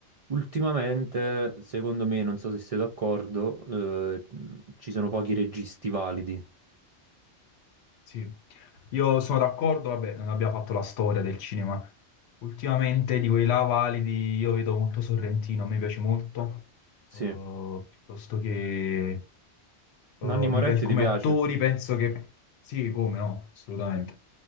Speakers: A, on the right; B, on the left.
A: Ultimamente, secondo me, non so se sei d'accordo, eh, ci sono pochi registi validi.
B: Sì, io sono d'accordo, vabbè, non abbiamo fatto la storia del cinema. Ultimamente di quei là validi io vedo molto Sorrentino, mi piace molto,
A: Sì.
B: Eh, piuttosto che eh,
A: Nanni Moretti
B: mi piace come
A: ti piace?
B: attori, penso che sì, come no, assolutamente.